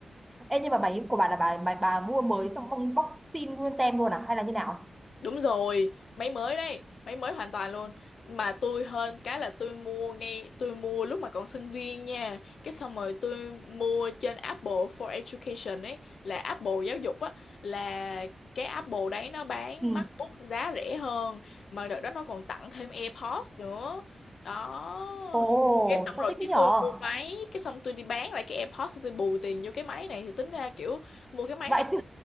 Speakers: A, in the centre; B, on the left (about 75°).
A: Ê, nhưng mà bài của bà là bà, bà bà mua mới xong bong bóc xin nguyên tem luôn à hay là như nào?
B: Đúng rồi, máy mới đấy, máy mới hoàn toàn luôn. Mà tôi hơn cái là tôi mua ngay, tôi mua lúc mà còn sinh viên nha. Cái xong rồi tôi mua trên Apple for Education ấy, là Apple giáo dục á, là cái Apple đấy nó bán
A: Ừ.
B: MacBook giá rẻ hơn. Mà đợt đó nó còn tặng thêm AirPods nữa. Đó.
A: Ồ,
B: Cái xong
A: sao
B: rồi
A: thích
B: cái
A: thế nhở?
B: tôi mua máy, cái xong tôi đi bán lại cái AirPods tôi bù tiền vô cái máy này thì tính ra kiểu mua cái máy
A: Vậy
B: này
A: chứ.